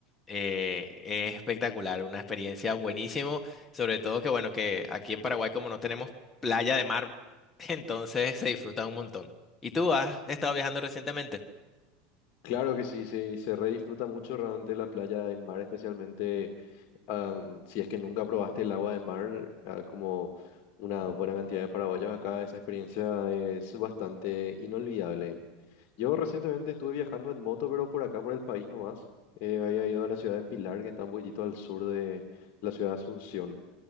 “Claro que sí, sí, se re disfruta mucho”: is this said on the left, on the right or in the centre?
Left